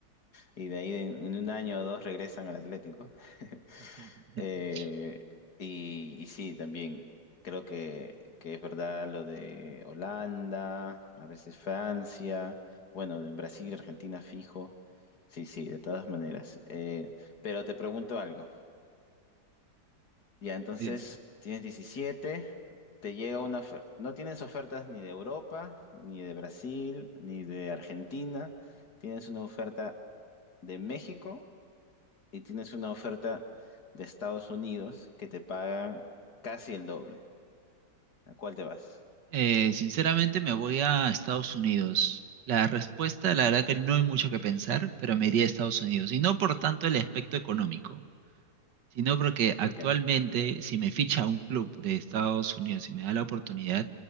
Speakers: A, on the left; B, on the right.
A: y de ahí en en un año o dos regresan al Atlético. <laughs>
B: <laughs>
A: Eh, y, y sí, también creo que, que es verdad lo de Holanda, a veces Francia, bueno, de Brasil, Argentina fijo. Sí, sí, de todas maneras. Eh, pero te pregunto algo. Ya, entonces
B: Dime.
A: tienes diecisiete te llega una oferta. No tienes ofertas ni de Europa, ni de Brasil, ni de Argentina. Tienes una oferta de México y tienes una oferta de Estados Unidos que te pagan casi el doble. ¿A cuál te vas?
B: Eh, sinceramente me voy a Estados Unidos. La respuesta, la verdad que no hay mucho que pensar, pero me iría a Estados Unidos. Y no por tanto el aspecto económico. sino porque actualmente
A: ¿Por qué?
B: si me ficha un club de Estados Unidos y me da la oportunidad,